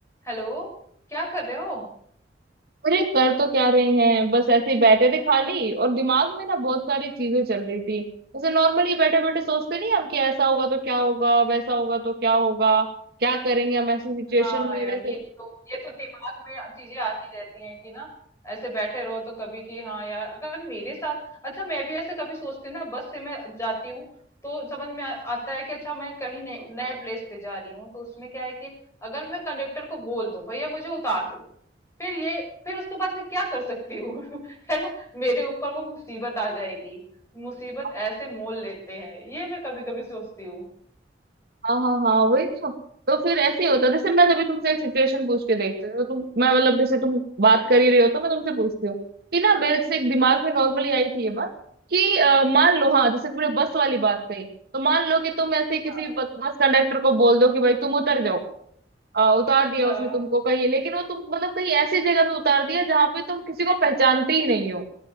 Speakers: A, on the left (about 15°); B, on the right (about 60°).
A: Hello क्या कर रहे हो
B: अरे कर तो क्या रहे हैं बस ऐसे ही बैठे थे खाली और दिमाग में ना बहुत सारी चीजें चल रही थी जैसे नॉर्मली बैठे बैठे सोचते नहीं हम कि ऐसा होगा तो क्या होगा वैसा होगा तो क्या होगा क्या करेंगे हम ऐसी सिचुएशन
A: हाँ
B: में
A: यार
B: वैसे
A: ये तो ये तो दिमाग में चीजें आती रहती हैं कि ना ऐसे बैठे रहो तो कभी कि हाँ यार अगर मेरे साथ अच्छा मैं भी ऐसे कभी सोचती हूँ ना बस से मैं जाती हूँ तो समझ में आ, आता है कि अच्छा मैं कहीं नए नए प्लेस पे जा रही हूँ तो उसमें क्या है कि अगर मैं कंडक्टर को बोल दूं भैया मुझे उतार दो फिर ये फिर उसके बाद मैं क्या कर सकती हूँ <laughs> है ना मेरे ऊपर वो मुसीबत आ जाएगी मुसीबत
B: हाँ
A: ऐसे मोल लेते हैं ये मैं कभी कभी सोचती हूँ
B: हाँ हाँ हाँ वही तो तो फिर ऐसे ही होता है जैसे मैं तभी तुमसे एक सिचुएशन पूछ के देखती हूँ तो तुम मैं मतलब जैसे तुम बात कर ही रहे हो तो मैं तुमसे पूछती हूँ कि ना मेरे जैसे एक दिमाग में नॉर्मली आई थी ये बात कि अ, मान लो हाँ जैसे तुमने बस वाली बात कही तो मान लो कि तुम ऐसे किसी
A: हाँ
B: बस, बस कंडक्टर को बोल दो कि भाई तुम उतर जाओ अ, उतार दिया
A: हाँ
B: उसने तुमको कहीं लेकिन वो तुम मतलब कहीं ऐसी जगह पे उतार दिया जहाँ पे तुम किसी को पहचानते ही नहीं हो